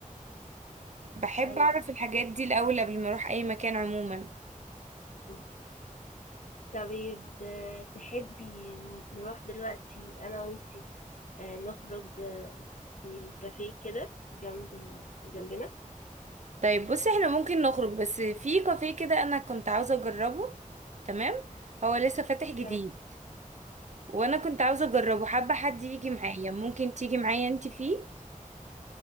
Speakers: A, on the right; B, on the left.
A: بحب
B: أيوه
A: اعرف الحاجات دي الاول قبل ما اروح اي مكان عموما
B: مم. طيب آه، تحبي نروح دلوقتي أنا وإنتي آه، نخرج آه، في كافيه كده جنب ال... جنبنا
A: طيب بصي احنا ممكن نخرج بس في كافيه كده انا كنت عاوزة اجربه تمام هو لسه فاتح جديد
B: تمام.
A: وانا كنت عاوزة اجربه حابة حد يجي معايا ممكن تيجي معايا انت فيه